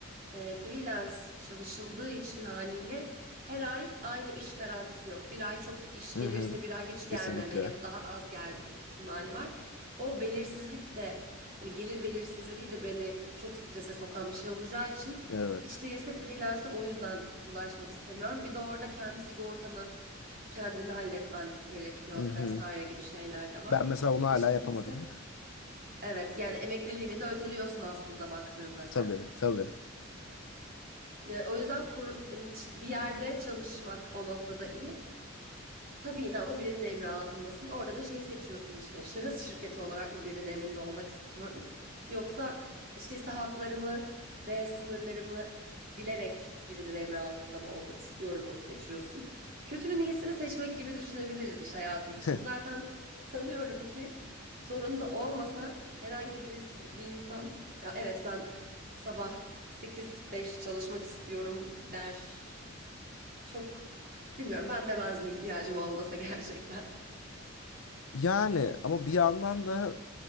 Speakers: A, on the right; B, on the left.
A: Ee, freelance çalışıldığı için haliyle her ay aynı iş garantisi yok. Bir ay çok iş
B: Hı
A: gelirse
B: hı.
A: bir ay hiç
B: Kesinlikle.
A: gelmeme ya da daha az gelme ihtimali var. O belirsizlik de hani gelir belirsizliği de beni çok strese sokan bir şey olacağı için
B: Evet.
A: hiç değilse freelance'e o yüzden bulaşmak istemiyorum. Bir de orada kendi sigortanı kendini halletmen gerekiyor
B: Hı hı.
A: vesaire gibi şeyler de
B: Ben
A: var.
B: mesela onu
A: Hiç
B: hala yapamadım.
A: değilse Evet yani emekliliğini de öteliyorsun aslında baktığında sen.
B: <laughs> Tabii, tabii.
A: E, O yüzden kur- hani, bir yerde çalışmak o noktada iyi. Tabii yine ama birinin emri altındasın. Orada da şey seçiyorsun işte şahıs şirketi olarak mı birinin emrinde olmak istiyorum? Yoksa hiç değilse haklarımı ve sınırlarımı bilerek birinin emri altında mı olmak istiyorumu seçiyorsun. Kötünün iyisini seçmek gibi düşünebiliriz iş hayatı için.
B: <laughs>
A: Zaten sanıyorum ki zorunda olmasa herhangi birisi, bir insan ya evet ben sabah sekiz beş çalışmak istiyorum der. Çok bilmiyorum ben demezdim ihtiyacım olmasa gerçekten.
B: Yani ama bir yandan da